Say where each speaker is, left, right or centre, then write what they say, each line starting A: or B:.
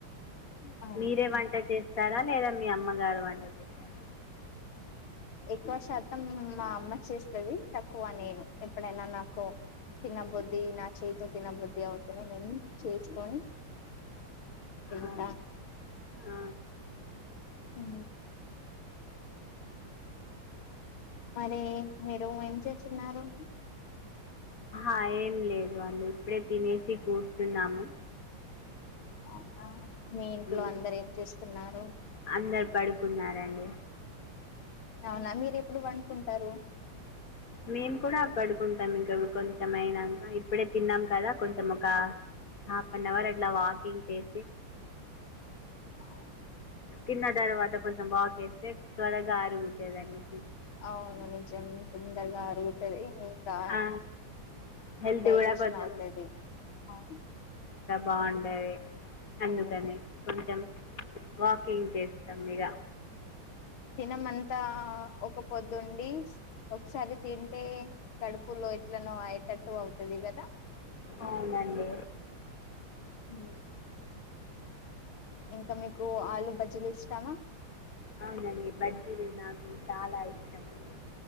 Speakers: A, on the left (about 85°); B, on the left (about 45°).
A: ఆ
B: మీరే వంట చేస్త వస్తారా లేదా మీ అమ్మగారు వంటే చేసారు
A: ఎక్కువ శాతం మా అమ్మ చేస్తది తక్కువ నేను ఎప్పుడైనా నాకు తిన్నబుద్దిి నా చేయితో తినబుద్ధి అవుతేనే నేను చేసుకొని తింట
B: ఆ, ఆ,
A: ఉ మరి మీరు ఏం చేస్తున్నారు
B: ఆ ఏం లేదు అళ్ళీ ఇప్పుడే తినేసి కూర్చున్నాము
A: అవునా మీ ఇంట్లో
B: ఉమ్,
A: అందరు ఏం చేస్తున్నారు
B: అందరు పడుకున్నారండి
A: అవునా మీరు ఎప్పుడు వంకుంటారు
B: మేము కూడా పడుకుంటాం ఇంకా కొంతమైనాం ఇప్పుడే తిన్నాం కదా కొంచం ఒక హాఫ్ అన్ అవర్ అట్లా వాకింగ్ చేసి
A: అవునా
B: తిన్న తర్వాత కొంచెం వాాక వేస్తే త్వరగా అరుగుతుదండి
A: అవును నిజ్యం తొందరగా అరుగుతది ఇంకా
B: ఆ, హెల్త్
A: డైజెషన్
B: కూడా కొంచెం
A: అవుతది అవును
B: బాగుండది అందుకనే
A: అవును
B: కొంచం వాకింగ్ చేస్తాం ఇగ
A: తినం అంతా ఒక పొద్దుండి ఒకసారి తింటే కడుపులో ఎట్లనో అయ్యేటట్టు అవుతది కదా
B: అవునండి
A: హు ఇంకా మీకు ఆలు బజీలు ఇష్టమా
B: అవునండి బజ్జిలు నాక్ చాలా ఇష్టం అండి